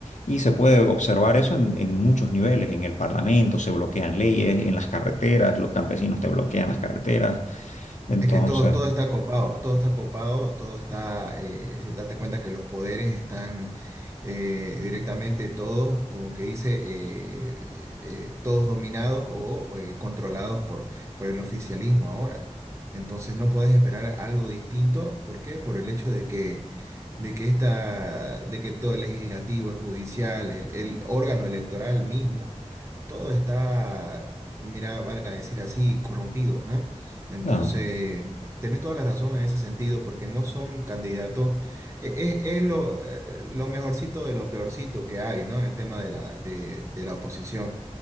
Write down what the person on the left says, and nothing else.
Y se puede observar eso en, en muchos niveles. En el Parlamento se bloquean leyes, en las carreteras, los campesinos te bloquean las carreteras. Entonces,
claro.